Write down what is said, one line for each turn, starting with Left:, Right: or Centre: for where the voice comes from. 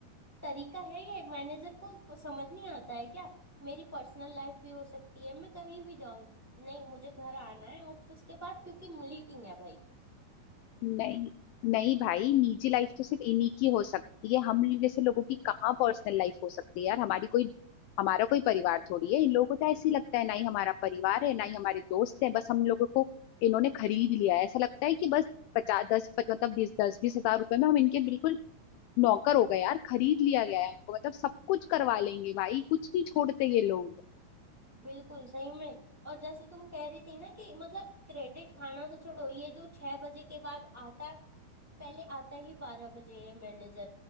Centre: तरीका है या मैनेजर को समझ नहीं आता है क्या मेरी पर्सनल लाइफ भी हो सकती है मैं कहीं भी जाऊं नहीं मुझे घर आना है ऑफिस के बाद क्योंकि मीटिंग है भाई
Left: नहीं नहीं भाई निजी लाइफ तो सिर्फ इन्हीं की हो सकती है हम जैसे लोगों की कहाँ पर्सनल लाइफ हो सकती है यार हमारी कोई हमारा कोई परिवार थोड़ी है इन लोगों को तो ऐसे ही लगता है ना ही हमारा परिवार है ना ही हमारे दोस्त हैं बस हम लोगों को इन्होंने खरीद लिया है ऐसा लगता है कि बस पचास दस प- मतलब बीस दस बीस हजार रुपए में हम इनके बिल्कुल नौकर हो गए यार खरीद लिया गया है हमको मतलब सब कुछ करवा लेंगे भाई कुछ नहीं छोड़ते ये लोग
Centre: बिल्कुल सही में और जैसे तुम कह रही थी ना कि मतलब क्रेडिट खाना तो छोड़ो ये जो छह बजे के बाद आता है पहले आता ही बारह बजे है मैनेजर